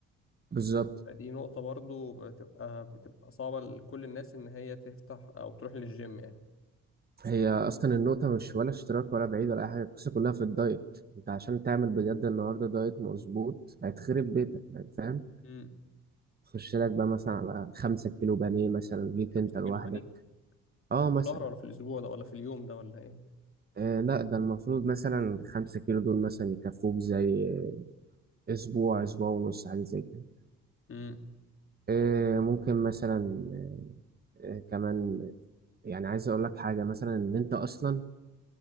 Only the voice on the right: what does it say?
بالظبط
هي اصلا النقطه مش ولا اشتراك ولا بعيد ولا اي حاجه القصه كلها في الدايت انت عشان تعمل بجد النهارده دايت مظبوط هتخرب بيتك يعني فاهم
خش لك بقى مثلا على خمسة كيلو بانيه مثلا ليك انت
لوحدك
اه
مثلا
آه لا ده المفروض مثلا خمسة كيلو دول مثلا يكفوك زي اسبوع اسبوع ونص حاجه زي كده
آه ممكن مثلا آه آه، كمان يعني عايز اقول لك حاجه مثلا ان انت اصلا